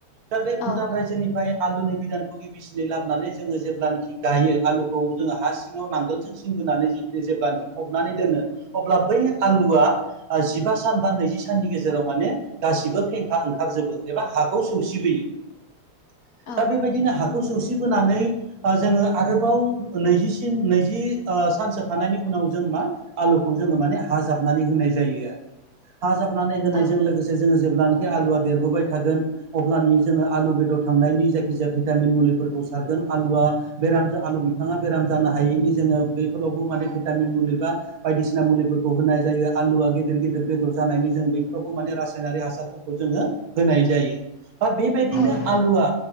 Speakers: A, on the right; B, on the left.
A: दा बे
B: औ
A: भुटान रायजोनिफ्राय आलुनि बिधानखौ <unintelligible> लाबोनानै जों जेला गायो आलुखौ जों हा सिंआव नांगोलजों सिन बोनानै जिखिनि जेब्लानोखि फबनानै दोनो अब्ला बै आलुआ जिबा सान बा नैजि साननि गेजेराव माने गासिबो फें ओंखारजोबो एबा हाखौ सौसिबोयो
B: औ
A: दा बेबायदिनो हाखौ सौसिबोनानै जोङो आरोबाव नैजिसिन नैजि ओ सानसे थानायनि उनाव जों मा आलुखौ जोङो माने हाजाबनानै होनाय जायो आरो हा जाबनानै होनायजों
B: औ
A: लोगोसे जोङो जेब्लानाखि आलुवा देरबोबाय थागोन। अब्लानि जोङो आलु बेदर थांनायनि जायखिजाया भिटामिन मुलिफोरखौ सारगोन आलुआ बेराम आलु बिफाङा बेराम जानो हायैनि जोङो बेफोरावबो माने भिटामिन मुलि बा बायदिसिना मुलिफोरखौ होनाय जायो आलुआ गिदिर गिदिर बेदर जानायनि जों बेफोरावबो माने रासायनारि हासार जोङो होनाय जायो बा बेबायदिनो
B: औ
A: आलुआ